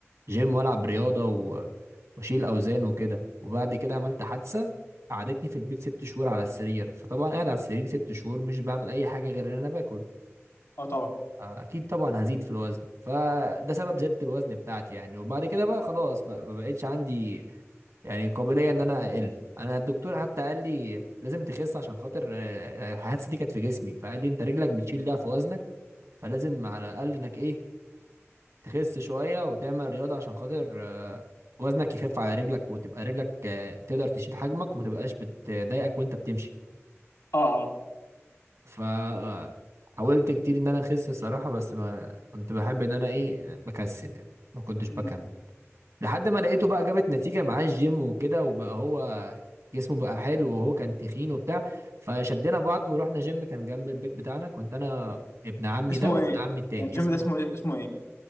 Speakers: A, on the right; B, on the left.
A: جيم والعب رياضه و... واشيل اوزان وكده وبعد كده عملت حادثه قعدتني في البيت ست شهور على السرير فطبعا قاعد على السرير ست شهور مش بعمل اي حاجه غير ان انا باكل
B: اه طبعا
A: آه، اكيد طبعا هزيد في الوزن فده
B: مم.
A: سبب زياده الوزن بتاعتي يعني وبعد كده بقى خلاص بقى ما بقتش عندي يعني قابليه ان انا اقل انا الدكتور حتى قال لي لازم تخس عشان خاطر آه، الحادثه دي كانت في جسمي فقال لي انت رجلك بتشيل ده في وزنك فلازم على الاقل انك ايه تخس شوية وتعمل رياضة عشان خاطر آه، وزنك يخف على رجلك وتبقى رجلك آه، تقدر تشيل حجمك وما تبقاش بتضايقك وانت بتمشي
B: اه اه
A: ف آه، حاولت كتير ان انا اخس الصراحة بس ما كنت بحب ان انا ايه بكسل يعني ما كنتش
B: امم
A: بكمل لحد ما لقيته بقى جابت نتيجة معاه الجيم وكده وبقى هو جسمه بقى حلو وهو كان تخين وبتاع فشدينا بعض ورحنا جيم كان جنب البيت بتاعنا كنت انا ابن عمي
B: اسمه
A: ده وابن
B: ايه؟
A: عمي التاني
B: يعني الجيم
A: اسمه
B: ده اسمه ايه اسمه ايه؟